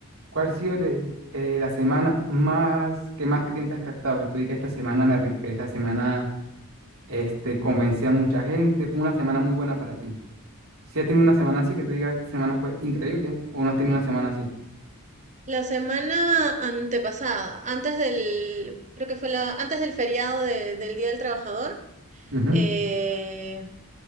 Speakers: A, on the right; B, on the right.
A: ¿Cuál ha sido le- eh, la semana más que más clientes has captado? Que tú digas, esta semana me rifé, esta semana este, convencí a mucha gente, fue una semana muy buena para ti. Si has tenido una semana así, que tú digas, esta semana fue increíble, o no has tenido una semana así.
B: La semana antepasada, antes del, creo que fue la, antes del feriado de- del Día del Trabajador,
A: Ujú,
B: eh,